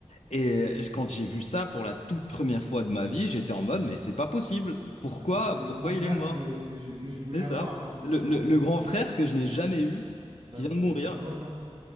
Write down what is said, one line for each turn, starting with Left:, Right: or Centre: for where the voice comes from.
Left: Et quand j'ai vu ça pour la toute première fois de ma vie, j'étais en mode, mais c'est pas possible. Pourquoi,
Right: ben, c'est c'est le
Left: pourquoi
Right: grand frère
Left: il est mort?
Right: que, que je, que je voulais
Left: C'est
Right: avoir,
Left: ça.
Right: moi,
Left: Le,
Right: en
Left: le-
Right: fait.
Left: le grand
Right: Et,
Left: frère que je n'ai jamais eu,
Right: ben,
Left: qui vient
Right: c'est
Left: de mourir,
Right: vraiment ça.